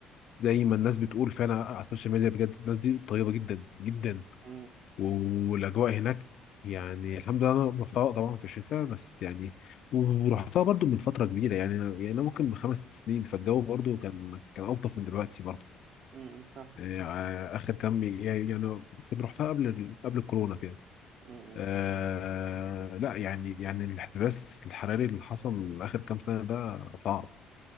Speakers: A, on the left (about 60°); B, on the right (about 65°).
A: زي ما الناس بتقول فعلا على السوشيال ميديا بجد الناس دي طيبه جدا جدا
B: امم
A: والاجواء هناك يعني الحمد لله انا رحتها طبعا في الشتاء بس يعني ورحتها برضو من فتره كبيره يعني يعني أنا ممكن من خمس ست سنين فالجو برضو كان كان الطف من دلوقتي برضو
B: امم فاهم
A: يعني اخر كام يعني يعني كنت رحتها قبل قبل الكورونا كده
B: امم
A: آه لا يعني يعني الاحتباس الحراري اللي حصل اخر كام سنه ده صعب